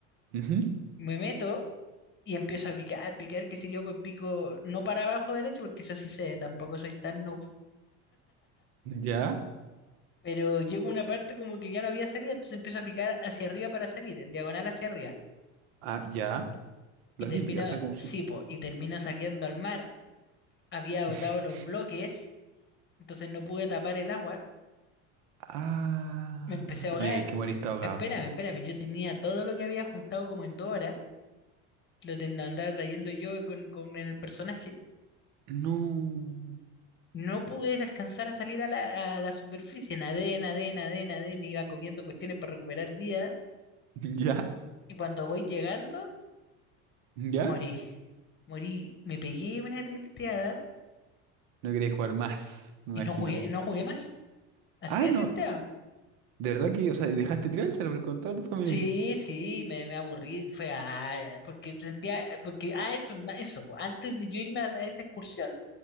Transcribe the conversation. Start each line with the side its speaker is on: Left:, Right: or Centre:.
Right: Ujú.
Left: Me meto y empiezo a picar, picar, qué sé yo, pues pico no para abajo derecho porque eso sí sé, tampoco soy tan noob.
Right: Ya,
Left: Pero llego a una parte como que ya no había salida, entonces empiezo a picar hacia arriba para salir, en diagonal hacia arriba.
Right: ah, ya. La
Left: Y termino,
Right: típica, o sea, como
Left: sí,
Right: si.
Left: po, y termino saliendo al mar, había botado
Right: <laughs>
Left: los bloques, entonces no pude tapar el agua,
Right: Ah,
Left: me empecé a ahogar,
Right: mira, es que moriste
Left: y-
Right: ahogado.
Left: espérame, espérame, yo tenía todo lo que había juntado como en dos horas, lo ten- lo andaba trayendo yo con, con el personaje,
Right: No.
Left: no pude alcanzar a salir a la, a la superficie, nadé, nadé, nadé, nadé, me iba comiendo cuestiones para recuperar vida,
Right: <laughs> ¿Ya?
Left: y cuando voy llegando,
Right: ¿Ya?
Left: morí, morí, me pegué una tilteada
Right: No queréis jugar más, me
Left: y
Right: imagino.
Left: no jugué, no jugué más, así
Right: Ah,
Left: de
Right: no.
Left: tilteado.
Right: De verdad que, o sea, y dejaste tirar el server con toda tu familia.
Left: Sí,
Right: ahí?
Left: sí, me, me aburrí, fue ah, porque sentía, porque ah, eso, ma- eso, po, antes de yo irme a, a esa excursión,